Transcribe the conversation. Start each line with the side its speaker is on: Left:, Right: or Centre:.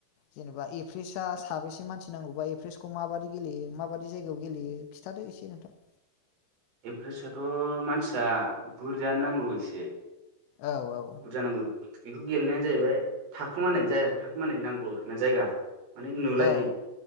Left: जेनेबा एप्रेसआ साबेसे मानसि नांगौबा एप्रेसखौ माबायदि गेलेयो माबाददि जायगायाव गेलेयो खिथाथों एसे नोंथां
Right: एफ्रिसटआथ' मानसिया बुरजानो नांगौ एसे
Left: औ औ
Right: बुरजा नांगौ बेखौ गेलेनाया जाहैबाय थाखोमानाय थाखोमानाय नांगौ आरोखि ना जायगा माने नुलायै
Left: औ